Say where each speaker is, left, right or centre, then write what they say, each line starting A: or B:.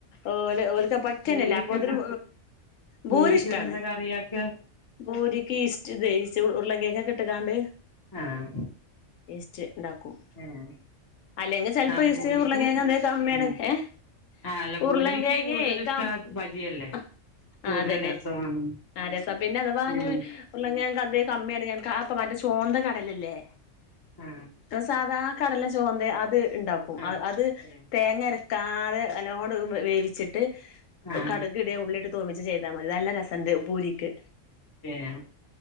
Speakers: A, on the left (about 80°); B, on the left (about 20°).
A: ഓല് ഓൽക്ക് പറ്റെന്നെല്ല
B: പൂരിക്കൊക്കെ
A: അപ്പോത്തിന്
B: പൂരിക്കൊക്കെ
A: ഭൂരിഷ്ടാണ്
B: എന്താ കറിയാക്ക
A: ഭൂരിക്ക് ഈസ്‌റ്റ്ടേ ഇസ് ഉരുളക്കിഴങ്ങൊക്കെട്ട്ക്കാണ്ട്
B: ആഹ്
A: ഇസ്റ്റ്ണ്ടാക്കും
B: ഏഹ്
A: അല്ലെങ്കിൽ ചെലപ്പോ
B: ആഹ്
A: ഇസ്റ്റ്ന്
B: പൂരിക്ക്
A: ഉരുളകിഴങ്ങെന്തേലും കമ്മിയാണെ
B: ഉം
A: ഏഹ്
B: ആഹ് അല്ല
A: ഉരുളംകിഴങ്ങേ
B: പൂരിക്ക് കൂടുതൽ ഇഷ്ടം
A: കം
B: ബജിയല്ലേ
A: ആഹ്
B: കൂടുതൽ
A: അതന്നെ
B: രസം
A: ആഹ് രസം പിന്നെ അഥവാഞ്
B: ഉം
A: ഉരുളകിഴങ്ങു അതെ കമ്മിയാണെ ഞാൻ അപ്പൊ മറ്റേ ചോന്ത കടലല്ലേ?
B: ആഹ്
A: ആ സാദാ കടല ചോന്തേ അത്ണ്ടാക്കും
B: ആഹ്
A: അത്
B: ഏഹ്
A: തേങ്ങയര -- കാതെ നല്ലോണട്ട് അത് വേവിച്ചിട്ട്
B: ആഹ്
A: കടു ക് ടെ ഉള്ളിട്ട് തൂമിച്ച് ചെയ്താ മതി നല്ല രസണ്ട് പൂരിക്ക്
B: ഏഹ്